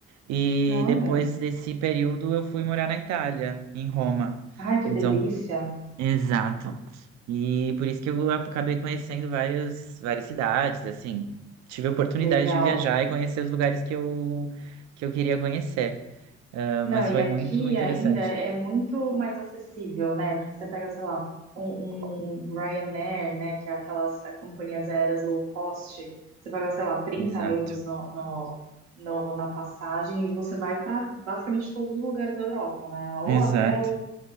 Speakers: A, on the right; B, on the right.
A: E
B: Olha,
A: depois desse período, eu fui morar na Itália, em Roma.
B: ai, que
A: Então,
B: delícia.
A: Exato. E por isso que eu acabei conhecendo várias, várias cidades, assim. Tive a oportunidade
B: Legal.
A: de viajar e conhecer os lugares que eu, que eu queria conhecer. Ah,
B: Não,
A: mas
B: e
A: foi
B: aqui
A: muito interessante.
B: ainda é muito mais acessível, né? Porque você pega, sei lá, um, um Ryanair, né? Que é aquelas eh, companhias aéreas low cost, você paga, sei lá, trinta
A: Exato.
B: euros no, no- no- na passagem e você vai para basicamente todos os lugares da Europa, né? Ou
A: Exato.
B: até o-